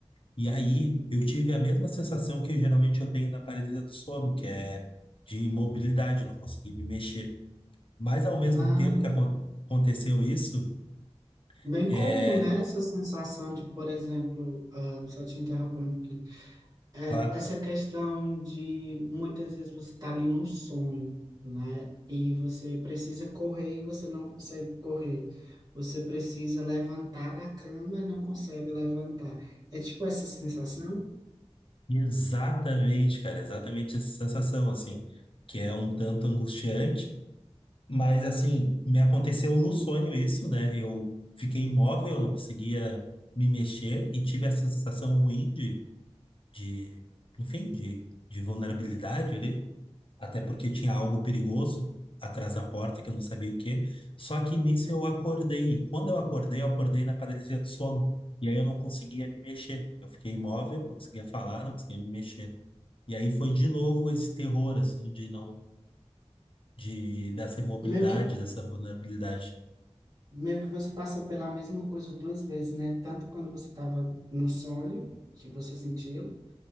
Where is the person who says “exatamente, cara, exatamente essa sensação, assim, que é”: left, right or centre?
Left